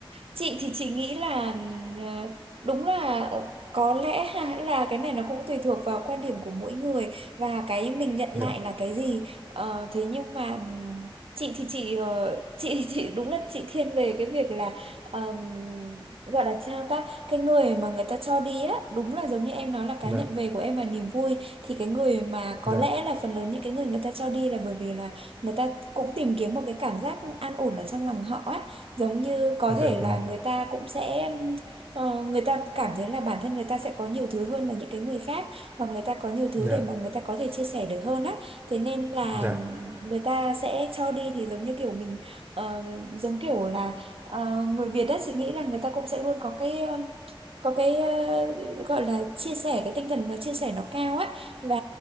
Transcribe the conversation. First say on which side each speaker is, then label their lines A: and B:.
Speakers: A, on the right (about 80°); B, on the right (about 20°).
A: chị thì chị nghĩ là ờ, đúng là ờ, có lẽ ha, là cái này nó cũng tùy thuộc vào quan điểm của mỗi người và cái mình nhận
B: dạ
A: lại là cái gì Ờ, thế nhưng mà ừm, chị thì chị ờ, <laughs> chị thì chị đúng là chị thiên về cái việc là ờm, gọi là sao ta cái người mà người ta cho đi á đúng là giống như em nói là cái
B: dạ
A: nhận về của em là niềm vui thì cái người mà có
B: dạ
A: lẽ là phần lớn những cái người người ta cho đi là bởi vì là người ta cũng tìm kiếm một cái cảm giác an ổn ở trong lòng họ á giống như có
B: dạ
A: thể là
B: vâng
A: người ta cũng sẽ ờ, người ta cảm thấy là bản thân người ta sẽ có nhiều thứ hơn là những cái người khác hoặc người ta có nhiều thứ
B: dạ
A: để mà người ta có thể chia sẻ được hơn á thế nên là
B: dạ
A: người ta sẽ cho đi thì giống như kiểu mình ờ, giống kiểu là ờ, người Việt á chị nghĩ là người ta cũng sẽ luôn có cái ừm, có cái ờ, gọi là chia sẻ cái tinh thần nó chia sẻ nó cao á và